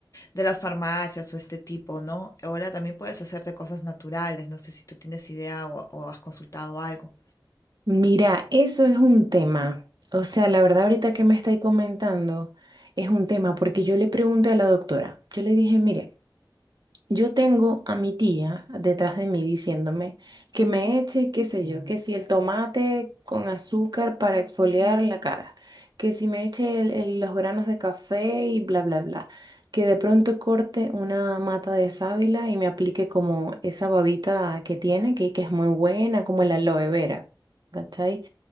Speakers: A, on the left (about 40°); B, on the right (about 60°).
A: de las farmacias o este tipo, ¿no? Ahora también puedes hacerte cosas naturales. No sé si tú tienes idea o, o has consultado algo.
B: Mira, eso es un tema, o sea, la verdad ahorita que me estáis comentando es un tema porque yo le pregunté a la doctora, yo le dije, mire, Yo tengo a mi tía detrás de mí diciéndome que me eche, qué sé yo, que si el tomate con azúcar para exfoliar la cara, que si me eche el- el- los granos de café y bla, bla, bla, que de pronto corte una mata de sábila y me aplique como esa babita que tiene, que, que es muy buena, como la aloe vera, ¿cachai?